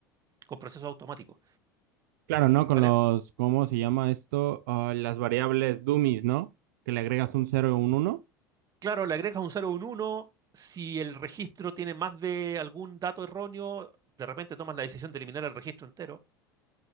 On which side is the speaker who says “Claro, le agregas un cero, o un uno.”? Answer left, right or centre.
Right